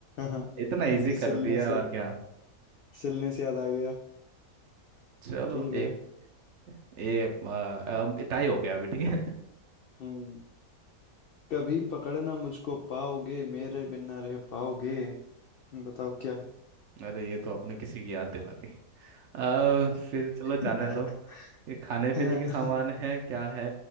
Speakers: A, on the left; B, on the right.
A: हाँ
B: इतना
A: क्योंकि
B: इजी
A: सिलने
B: कर दिया
A: से
B: और क्या
A: सिलने से याद आ गया
B: चलो
A: ठीक है
B: एक ये आ, अब टाई हो गया अभी ठीक है
A: हम्म कभी पकड़ना मुझको पाओगे मेरे बिना रह पाओगे हम्म, बताओ क्या है
B: <laughs> अरे ये तो आपने किसी की याद दिला दी अ, फिर चलो
A: <laughs>
B: जाने दो ये खाने पीने
A: हाँ,
B: के सामान है क्या है